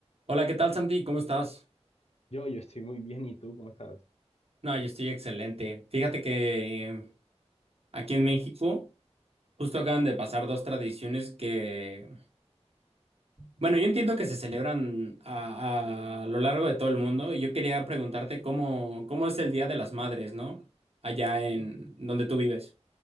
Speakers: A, on the right; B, on the left.
A: Hola, ¿qué tal, Santi? ¿Cómo estás?
B: Yo, yo estoy muy bien, ¿y tú cómo estás?
A: No, yo estoy excelente. Fíjate que eh, aquí en México justo acaban de pasar dos tradiciones que, bueno, yo entiendo que se celebran a, a lo largo de todo el mundo y yo quería preguntarte cómo, cómo es el Día de las Madres, ¿no? Allá en donde tú vives.